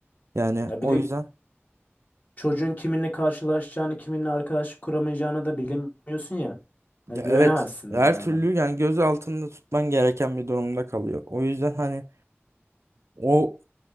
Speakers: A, on the right (about 80°); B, on the left (about 40°).
A: Yani
B: Ya
A: o
B: bir de
A: yüzden
B: çocuğun kiminle karşılaşacağını, kiminle arkadaşlık kuramayacağını da bilemiyorsun ya.
A: ya
B: Ya güvenemezsin
A: evet her
B: de bir yandan.
A: türlü yani göz altında tutman gereken bir durumda kalıyor. O yüzden hani o